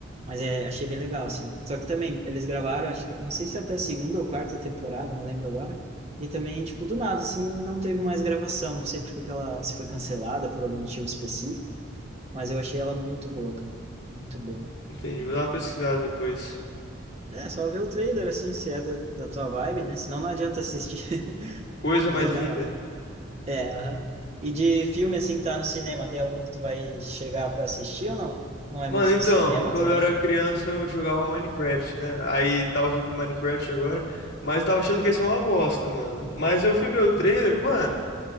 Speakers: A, on the right; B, on the left.
A: Mas é, achei bem legal, assim. Só que também, eles gravaram, acho que, não sei se é até a segunda ou quarta temporada, não lembro agora e também, tipo, do nada, assim, não teve mais gravação. Não sei por que que ela se foi cancelada por algum motivo específico, mas eu achei ela muito boa, cara. Muito boa.
B: Entendi. Vou dar uma pesquisada depois.
A: É, só ver o trailer, assim, se é da, da tua vibe, né? Senão não adianta assistir. <laughs>
B: Coisa
A: Mas
B: mais
A: é
B: linda.
A: da hora. É, aham. E de filme, assim, que tá no cinema, tem algum que tu vai chegar pra assistir ou não? Não é
B: Mano,
A: muito
B: então,
A: de cinema
B: quando
A: também?
B: eu era criança eu jogava Minecraft, né? Aí tá o filme do Minecraft agora, mas eu tava achando que ia ser uma bosta, mano. Mas eu fui ver o trailer,
A: Ah.
B: mano,